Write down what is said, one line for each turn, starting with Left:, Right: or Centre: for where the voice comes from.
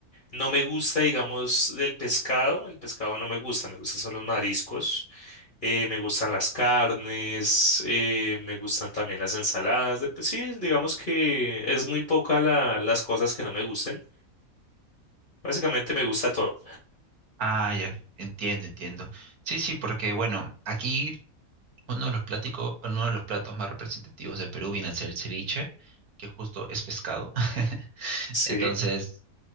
Left: No me gusta, digamos, del pescado. El pescado no me gusta, me gustan son los mariscos. eh, me gustan las carnes, eh, me gustan también las ensaladas. de- pues sí, digamos que es muy poca la- las cosas que no me gusten. Básicamente me gusta todo.
Right: Ah, ya, entiendo, entiendo. Sí, sí, porque bueno, aquí Uno de los pláticos, uno de los platos más representativos del Perú viene a ser el ceviche, que justo es pescado. <laughs>
Left: Sí,
Right: Entonces,